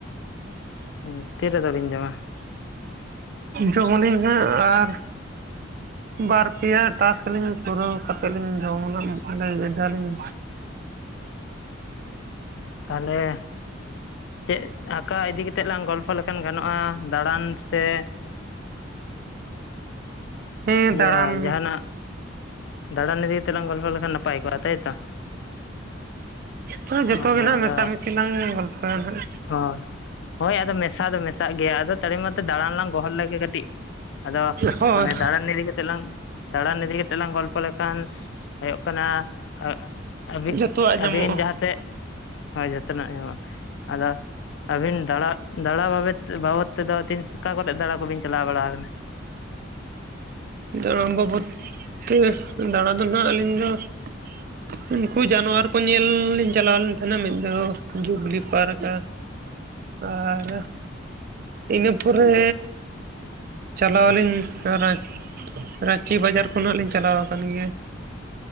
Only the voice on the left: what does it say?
ᱩᱸ ᱛᱤᱨ ᱨᱮᱫᱚ ᱵᱤᱱ ᱡᱚᱢᱟ?
ᱛᱟᱦᱚᱞᱮ ᱪᱮᱫ ᱟᱸᱠᱟ ᱤᱫᱤ ᱠᱟᱛᱮᱫ ᱞᱟᱝ ᱜᱚᱞᱯᱷᱚ ᱞᱮᱠᱷᱟᱱ ᱜᱟᱱᱚᱜᱼᱟ ᱫᱟᱬᱟᱱ ᱥᱮ
ᱤᱭᱟᱹ
ᱡᱟᱦᱟᱱᱟᱜ ᱫᱟᱲᱟᱱ ᱤᱫᱤ ᱠᱟᱛᱮᱞᱟᱝ ᱜᱚᱞᱯᱚ ᱞᱮᱠᱷᱟᱱ, ᱱᱟᱯᱟᱭ ᱠᱚᱜᱼᱟ ᱛᱟᱭᱛᱚ?
ᱦᱳᱭ
ᱟᱫᱚ
ᱦᱳᱭ, ᱦᱳᱭ ᱟᱫᱚ ᱢᱮᱥᱟ ᱫᱚ ᱢᱮᱥᱟᱜ ᱜᱮᱭᱟ, ᱟᱫᱚ ᱛᱟᱲ ᱢᱟᱛᱚ ᱫᱟᱲᱟᱱ ᱞᱟᱝ ᱜᱚᱦᱚᱲ ᱞᱮᱜᱮ ᱠᱟᱹᱴᱤᱡ᱾ ᱟᱫᱚ,
ᱢᱟᱱᱮ ᱫᱟᱬᱟᱱ ᱤᱫᱤ ᱠᱟᱛᱮᱜ ᱞᱟᱝ, ᱫᱟᱬᱟᱱ ᱤᱫᱤ ᱠᱟᱛᱮ ᱞᱟᱝ ᱜᱚᱞᱯᱚ ᱞᱮᱠᱷᱟᱱ? ᱦᱳᱭᱳᱜ ᱠᱟᱱᱟ, ᱟᱸ, ᱟᱹᱵᱤᱱ,
ᱟᱵᱤᱱ ᱡᱟᱦᱟᱸ ᱥᱮᱫ? ᱦᱚᱭ ᱡᱷᱚᱛᱚ ᱱᱟᱜ ᱧᱟᱢᱚᱜᱼᱟ᱾ ᱟᱫᱚ ᱟᱹᱵᱤᱱ ᱫᱟᱬᱟ, ᱫᱟᱬᱟ ᱵᱟᱵᱮᱛ, ᱵᱟᱵᱚᱫ ᱛᱮᱫᱚ ᱛᱤᱱ ᱚᱠᱟ ᱠᱚᱨᱮ, ᱫᱟᱬᱟ ᱠᱚᱵᱤᱱ ᱪᱟᱞᱟᱣ ᱵᱟᱲᱟ ᱠᱟᱱᱟ?